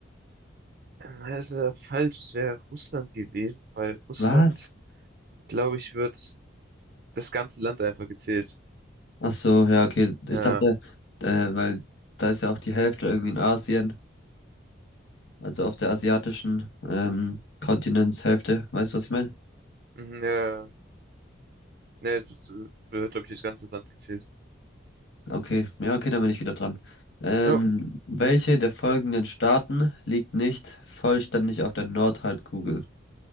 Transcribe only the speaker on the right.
Äh, Das ist leider falsch. Es wäre Russland gewesen, weil Russland,
glaube ich, wird das ganze Land einfach gezählt.
Ja,
mhm, ja, ja, jetzt ist, äh, wird, glaube ich, das ganze Land gezählt.
Ja,